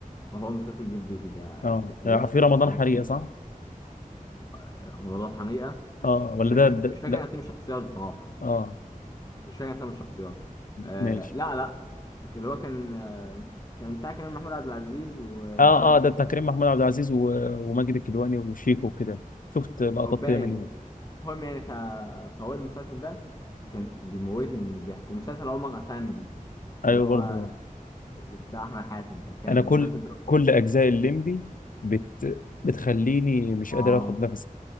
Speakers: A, on the left; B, on the left.
A: هو مسلسل البيت بيتي ده
B: اه
A: ك- بص
B: آه، في رمضان
A: اتفرجت
B: حريقه
A: عليه
B: صح
A: آه، موضوع حقيقه
B: اه
A: مش
B: ولا
A: فاكر
B: ده, ده
A: مش فاكر
B: لا
A: اسامي الشخصيات بصراحه
B: اه
A: مش فاكر اسامي الشخصيات آه
B: ماشي
A: لا لا اللي هو كان آه كان بتاع كريم محمود عبد العزيز ومش
B: اه
A: عارف
B: اه ده بتاع كريم محمود عبد العزيز و- وماجد الكدواني وشيكو وكده شفت لقطات
A: هو باين
B: كده منه
A: المهم يعني ف... فهو المسلسل ده كان بيموتني من الضحك ومسلسل عمر افندي
B: ايوه
A: اللي هو
B: برضه
A: بتاع احمد حاتم ده كان
B: انا كل
A: المسلسل ده أصلاً-
B: كل اجزاء الليمبي بت بتخليني مش
A: اه
B: قادر اخد نفسي